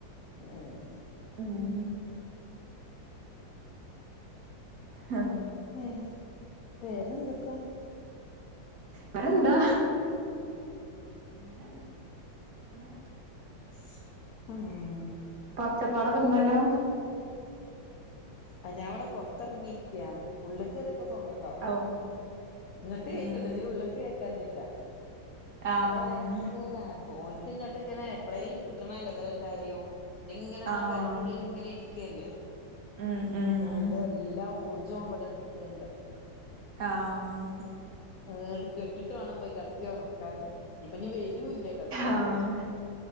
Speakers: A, on the left (about 55°); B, on the right (about 50°).
A: ഏഹ്.
B: ഉം. ഹാ...
A: ഏഹ് വേറെന്തൊക്കാ?
B: വെറെന്താ? ങ്ങനെ ങ്ങനെ.
A: സ് ആഹ്.
B: പ ഒച്ചപ്പാടൊക്കെന്നല്ലോ?
A: ആ ഞാവടെ പൊർത്തർങ്ങിര്ക്ക്യാ. ഉള്ള്ക്കേറിയപ്പൊ സൗണ്ട് ണ്ടാവു
B: ഓഹ്
A: ഇങ്ങട്ട് കേക്ക്ണ്ട്
B: ഉം
A: ഇതിനുള്ള്ക്ക് കേക്കാഞ്ഞിട്ടാ.
B: ആഹ്
A: വടെ വയങ്കര ബോ ഓൽക്ക്ങ്ങട്ട്ങ്ങനെ എപ്പളേലും കിട്ടണല്ലേവരെല്ലാര്യൂ. എങ്ങനാ
B: ആഹ്
A: പെരന്റുള്ളിലിങ്ങനെ ഇരിക്കല്ലേ?
B: ഉം ഉം
A: ഓന്റെല്ലാ ഊർജ്ജോ വടെട്ക്ണ്ട്.
B: ആഹ് ഹ്.
A: ആഹ് ട് കെട്ട്ട്ടുവേണം പോയികെടത്തി ഒറക്കാന്. ഞ്ഞിപ്പഞ് വെരൂല്ല കട്ക്കാൻ.
B: ആഹ്